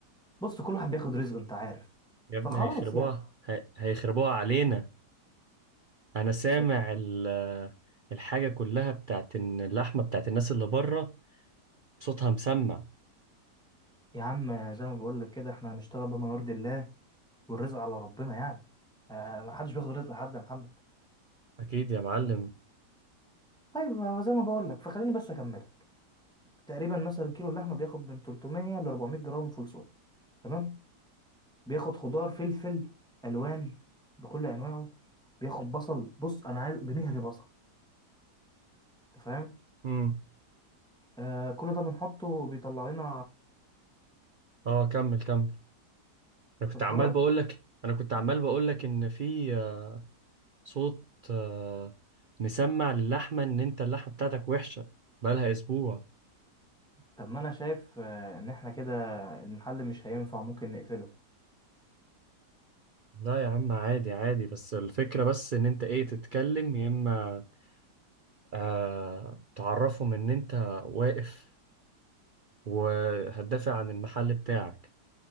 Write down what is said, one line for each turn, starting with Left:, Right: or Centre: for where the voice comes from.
Centre: بص كل واحد بياخد رزقه انت عارف
Right: يا ابني
Centre: فخلاص
Right: هيخربوها
Centre: يعني
Right: هي... هيخربوها علينا انا سامع
Centre: س-
Right: ال... الحاجة كلها بتاعت إن اللحمة بتاعت الناس اللي بره صوتها مسمع
Centre: يا عم زي ما بقول لك كده احنا هنشتغل بما يرضي الله والرزق على ربنا يعني آه، ما حدش بياخد رزق حد يا محمد
Right: اكيد يا معلم
Centre: طيب آه، زي ما بقول لك فخليني بس اكمل لك تقريبا مثلا كيلو اللحمه بياخد من 300 ل 400 جرام فول صويا، تمام بياخد خضار فلفل الوان بكل انواعه بياخد بصل بص انا عايز بنهري بصل انت فاهم
Right: امم
Centre: آه كل ده بنحطه بيطلع لنا
Right: اه كمل كمل انا كنت
Centre: طب
Right: عمال
Centre: خلاص
Right: بقول لك انا كنت عمال بقول لك ان في آه، صوت آه، مسمع للحمه ان انت اللحمه بتاعتك وحشه بقالها اسبوع
Centre: طب ما انا شايف آه، ان احنا كده المحل مش هينفع ممكن نقفله
Right: لا يا عم عادي عادي بس الفكره بس ان انت ايه تتكلم يا اما آه تعرفهم ان انت واقف وهتدافع عن المحل بتاعك